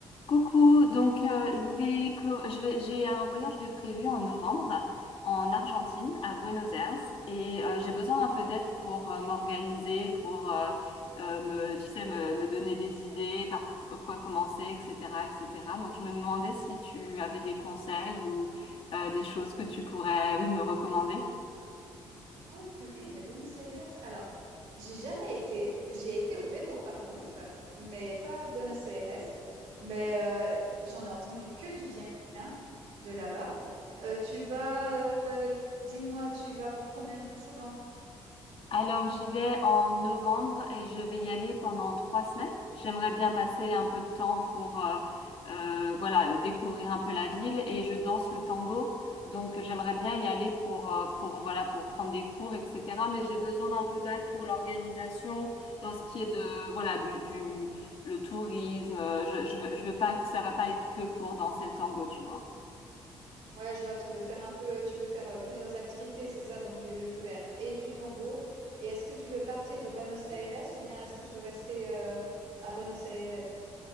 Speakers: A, on the left (about 60°); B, on the right (about 85°).
A: Coucou, donc euh, je vais, co- je vais, j'ai un voyage de prévu en novembre en Argentine, à Buenos Aires, et euh, j'ai besoin d'un peu d'aide pour euh, m'organiser, pour euh, euh, me, tu sais, me, me donner des idées, par quoi commencer, etc., etc. Donc je me demandais si tu avais des conseils ou euh, des choses que tu pourrais, oui, me recommander.
B: Oh purée, mais Buenos Aires. Alors, j'ai jamais été. J'ai été au Pérou par contre, mais pas à Buenos Aires. Mais euh, j'en ai entendu que du bien de là-bas. Euh, tu vas, euh, dis-moi, tu vas pour combien de temps?
A: Alors, j'y vais en novembre et je vais y aller pendant trois semaines. J'aimerais bien passer un peu de temps pour, euh, euh, voilà, euh, découvrir un peu la ville et je danse le tango. Donc, j'aimerais bien y aller pour, euh, pour, voilà, pour prendre des cours, etc. Mais j'ai besoin d'un peu d'aide pour l'organisation, dans ce qui est de, voilà, du, du, le tourisme. Euh, Je, je, veux- je veux pas que ça va pas être que pour danser le tango, tu vois.
B: Ouais, je vois, tu veux faire un peu, tu veux faire euh, plusieurs activités, c'est ça? Donc tu veux faire et du tango. Et est-ce que tu veux partir de Buenos Aires ou bien est-ce que tu veux rester euh, à Buenos Aires?